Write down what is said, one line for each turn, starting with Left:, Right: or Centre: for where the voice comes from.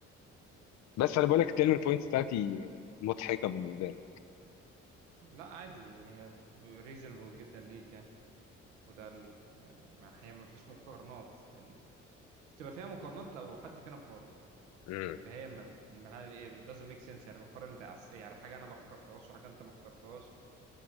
Left: بس انا بقول لك التيرنينج بوينتس بتاعتي مضحكه بالنسبه لي
Right: لا عادي هي ريزونبل جدا ليك يعني وده ال... يعني ما هي ما فيش مقارنات لان بتبقى فيها مقارنات لو حد فينا قارن
Left: امم
Right: هي ما ما- it doesn't make sense يعني بقارن بعص يعني حاجه انا ما اخترتهاش وحاجه انت ما اخترتهاش